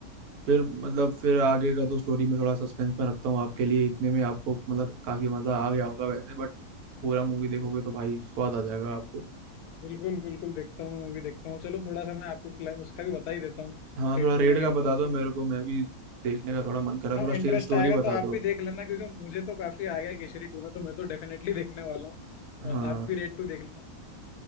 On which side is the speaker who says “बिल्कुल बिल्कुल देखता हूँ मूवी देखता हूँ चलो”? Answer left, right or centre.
Left